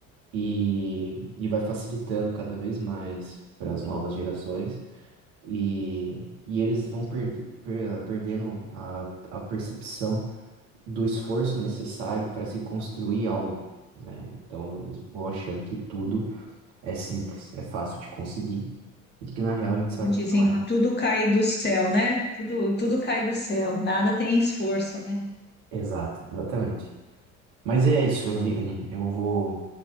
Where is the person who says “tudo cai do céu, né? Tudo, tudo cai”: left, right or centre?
Left